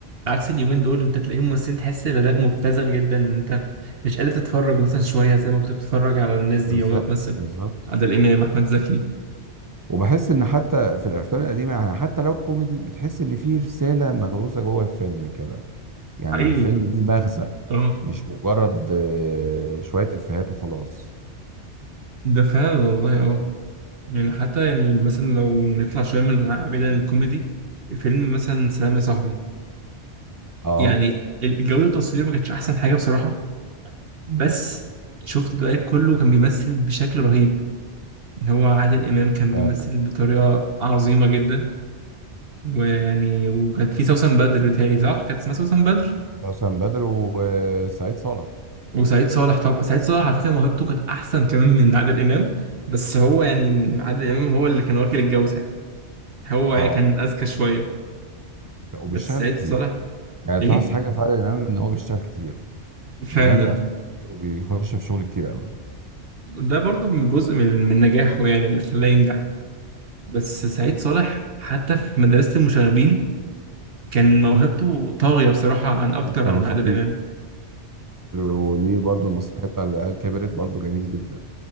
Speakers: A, on the right; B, on the right.
A: عكس اليومين دول انت تلاقيهم ممثلين تحس الاداء مبتذل جدا ان انت مش قادر تتفرج مثلا شويه زي ما كنت بتتفرج على الناس
B: بالظبط
A: دي وهي بتمثل
B: بالظبط
A: عادل امام احمد زكي
B: وبحس ان حتى في الافلام القديمه يعني حتى لو كوميدي بتحس ان في رساله مغروزه جوه الفيلم كده يعني
A: حقيقي
B: الفيلم ليه مغزى
A: اه
B: مش مجرد آه، شويه افيهات وخلاص
A: ده فعلا والله اه يعني حتى يعني مثلا لو نطلع شويه من بعيد عن الكوميدي فيلم مثلا سلام يا صاحبي
B: اه
A: يعني ال- جوده التصوير ما كانتش احسن حاجه بصراحه بس شفت الدقايق كله كان بيمثل بشكل رهيب ان هو عادل امام كان
B: فعلا
A: بيمثل بطريقه عظيمه جدا ويعني وكانت في سوسن بدر تهيألي صح كانت اسمها سوسن بدر
B: حسن بدر وسعيد صالح
A: وسعيد صالح طبعا سعيد صالح على فكرة موهبته كانت أحسن كمان من عادل إمام بس هو يعني عادل إمام هو اللي كان واكل الجو ساعتها هو
B: اه
A: يعني كان أذكى شوية
B: وبيشتغل
A: بس سعيد
B: كتير
A: صالح
B: يعني
A: إيه
B: تلاحظ حاجه في عادل امام ان هو بيشتغل كتير
A: فعلا
B: بيعمل افلام كتير وبيخش في شغل كتير قوي
A: ده برضو من جزء من من نجاحه يعني اللي خلاه ينجح بس سعيد صالح حتى في مدرسة المشاغبين كان موهبته طاغية بصراحة عن أكتر
B: كان
A: عن
B: خطير
A: عادل إمام
B: وليه برضه المسرحيه بتاع العيال كبرت برضه جميل جدا